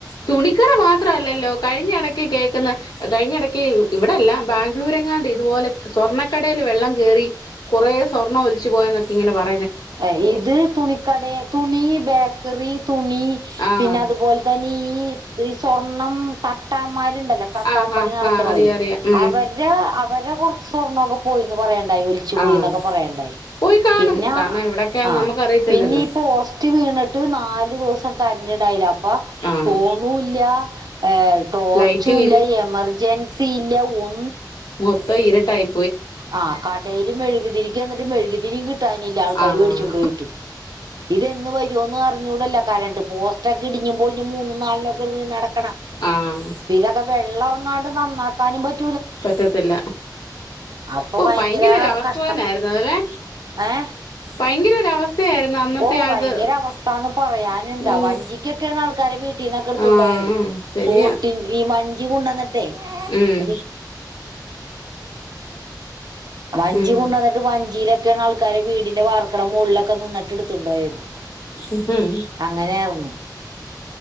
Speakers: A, on the left; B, on the right.
A: തുണിക്കട മാത്രല്ലല്ലോ കഴിഞ്ഞ എടയ്ക്ക് കേക്കുന്ന കഴിഞ്ഞ എടക്ക് വ് ഇവിടല്ലാ ബാംഗ്ലൂരെങ്ങാണ്ട് ഇതുപോലെ സ്വർണ്ണക്കടേല് വെള്ളം കേറി കൊറേ സ്വർണ്ണോല്ച്ച് പോയെന്നൊക്കെ ഇങ്ങനെ വാർ
B: എ ഇത് തുണിക്കടേ തുണി ബേക്കറി തുണി
A: ആഹ്
B: പിന്നതുപോൽ തന്നെ ഈ ഈ സ്വർണം തട്ടാമ്മാര് ര്ണ്ടല്ലോ തട്ടാമ്പണി
A: ആഹ് ആഹ്
B: നടത്തണോര്
A: ആഹ് അറിയാ അറിയാ ഉം
B: അവര് അവരെകൊർച്സ്വർണോക്കേ പോ പോയിന്ന് പറയാൺ ടൈൽച്ചു പോയിന്നൊക്കെ
A: ആഹ്
B: പറയണ്ടായി
A: പോയി കാണും
B: പിന്നാ
A: കാരണം എവിടൊക്കെയാന്ന്
B: ആ
A: നമുക്കറിയത്തില്ലല്ലോ
B: പിന്നെ ഈ പോസ്റ്റ് വീണ്ട്ട് നാലു ദോസ് പ്പ കരണ്ട്ണ്ടായില അപ്പ് പ
A: ആഹ്
B: ഫോണൂല്ല്യാ ഏ ടോർച്ചൂല്ല
A: ലൈറ്റും
B: എമർജെൻസി ഇല്ല ഒന്നു
A: മൊത്ത ഇര്ട്ടായ്
B: ആ കടേല് മെഴുകുതിരിക്കെന്നിട്ട് മെഴ് ക് തിരി കിട്ട് ട്ടാനില്ല ആൾക്കാര്
A: ആഹ്
B: വേടിച്ച് കൊണ്ടോയിട്ട് ഇതെന്ന് വര്വോന്ന് അർ ഞ്ഞൂടല്ലാ കരണ്ട് പോസ്റ്റക്കെ ഇടിഞ്ഞും പൊളിഞ്ഞും മൂന്നും നാൽ ലൊക്കെ വീണെടക്ക കണാ
A: ആഹ്
B: ഇതൊക്കെ വെള്ളോറ്ങ്ങാൺ ത് നന്നാക്കാനും പറ്റ്
A: പറ്റത്തില്ല
B: അപ്പൊ
A: ഓ
B: ഭയങ്കരാ
A: ഭയങ്കര ഒരു അവസ്ഥ
B: കഷ്ടം
A: തന്നായിരുന്നു അതല്ലേ
B: ഏ
A: ഭയങ്കര ഒരു അവസ്ഥയായിരുന്നു അന്നത്തെ
B: ഓ ഭയങ്കര
A: അത്
B: അവസ്ഥാന്ന് പറയാന്ണ്ടാ
A: ഉം
B: വഞ്ചിക്കൊക്കെയാണ് ആൾക്കാരെ വീട്ടീന്നൊക്കെ എടുത്തൊണ്ടോയത്
A: ആഹ് ശരിയാ
B: ബോട്ടിൻ ഈ വഞ്ചി കൊണ്ടന്നട്ട് തേ
A: ഉം
B: എടി വഞ്ചി
A: ഉം
B: കൊണ്ടന്നിട്ട് വഞ്ചിലൊക്കെ റ്റേന്നാൾക്കാരെ വീടിന്റെ വാർക്കെടെ മോൾലൊക്കെ നിന്നിട്ട് എടുത്തോണ്ടോയത്
A: ഉം
B: അങ്ങനെയാർന്നു